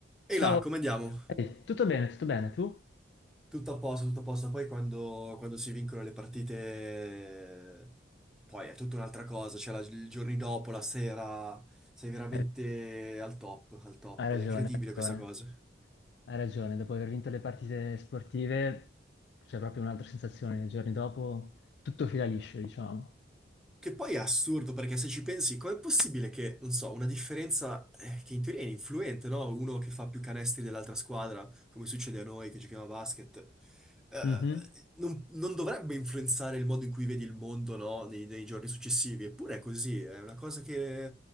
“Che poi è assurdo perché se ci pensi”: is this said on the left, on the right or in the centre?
Centre